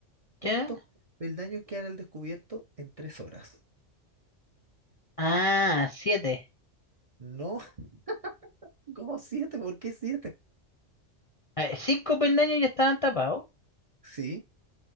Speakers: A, on the right; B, on the left.
A: ¿cuántos
B: ¿Ya?
A: peldaños quedan al descubierto en tres horas?
B: Ah, siete
A: No, <laughs> como siete, ¿por qué siete?
B: A ver, cinco peldaños ya estaban tapados.
A: Sí,